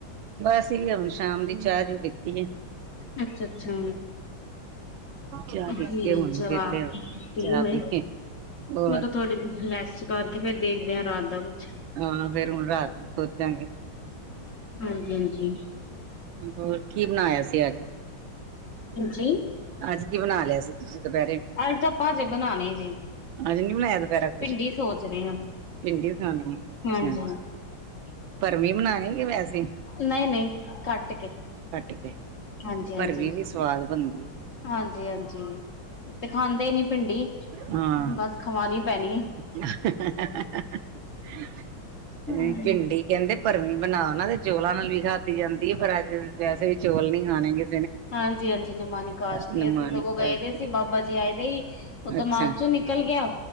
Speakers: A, on the right; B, on the left.
A: ਬਸ ਅਸੀਂ ਵੀ ਆਪਣੀ ਸ਼ਾਮ ਦੀ ਚਾਹ ਚੂ ਪੀਤੀ ਏ।
B: ਅੱਛਾ-ਅੱਛਾ।
A: ਚਾਹ ਪੀਤੀ
B: ਹੂੰ
A: ਹੈ ਹੁਣ
B: ਜਵਾਕ
A: ਵਿਹਲੇ ਹੋਇਆ
B: ਨੂੰ ਕੀ
A: ਚਾਹ
B: ਹੋਇਆ?
A: ਪੀ ਕੇ ਹੋਰ
B: ਮੈਂ ਕਿਆ ਥੋੜੀ ਰੈਸਟ ਕਰਕੇ ਫੇਰ ਦੇਖਦੇ ਆ ਰਾਤ ਦਾ ਕੁੱਛ।
A: ਹਾਂ, ਫੇਰ ਹੁਣ ਰਾਤ ਦਾ ਸੋਚਾਂਗੇ।
B: ਹਾਂਜੀ-ਹਾਂਜੀ।
A: ਹੋਰ ਕੀ ਬਣਾਇਆ ਸੀ ਅੱਜ?
B: ਹਾਂਜੀ!
A: ਅੱਜ ਕੀ ਬਣਾ ਲਿਆ ਸੀ ਤੁਸੀਂ ਦੂਪੈਰੇ।
B: ਅੱਜ ਆਪਾਂ ਅਜੇ ਬਨਾਨੀ ਜੀ।
A: ਅਜੇ ਨੀ ਬਣਾਇਆ ਦੁਪੈਰੇ ਕੁਛ?
B: ਭਿੰਡੀ ਸੋਚ ਰਹੇ ਹਾਂ।
A: ਭਿੰਡੀ ਬਨਾਨੀ ਏ, ਅਛਾ।
B: ਹਾਂਜੀ
A: ਭਰਮੀਂ ਬਨਾਣੀ ਕੇ ਵੈਸੇ ਈ?
B: ਨਈ-ਨਈ ਕੱਟ ਕੇ,
A: ਕੇ
B: ਹਾਂਜੀ-ਹਾਂਜੀ।
A: ਭਰਵੀ ਵੀ ਸਵਾਦ ਬਣਦੀ ਹੈ
B: ਹਾਂਜੀ-ਹਾਂਜੀ। ਏ ਤੇ ਖਾਂਦੇ ਈ ਨੀ ਭਿੰਡੀ,
A: ਹਾਂ
B: ਬਸ ਖਵਾਣੀ ਪੈਣੀ ਏ।
A: <unintelligible>
B: ਹਮ
A: ਭਿੰਡੀ। ਕੈਂਦੇ ਭਰਮੀਂ ਬਨਾਓ ਨਾ ਤੇ ਚੌਲਾਂ ਨਾਲ ਵੀ ਖਾਧੀ ਜਾਂਦੀ ਏ ਪਰ ਅੱਜ ਵੈਸੇ ਵੀ ਚੌਲ ਨੀ ਖਾਣੇ ਕਿ
B: ਹਾਂਜੀ-ਹਾਂਜੀ, ਨਿਮਾਨੀ ਕਾਸ਼ਤੀਂ
A: ਨਿਮਾਣੀ
B: ਏ। ਅਸੀਂ ਸਗੋਂ ਗਏ
A: ਕਰਕੇ।
B: ਦੇ ਸੀ ਬਾਬਾ ਜੀ ਆਏ ਦੇ ਈ ਓ ਦਿਮਾਗ
A: ਅੱਛਾ
B: ਚੋਂ ਨਿ ਨਿਕਲ ਗਿਆ।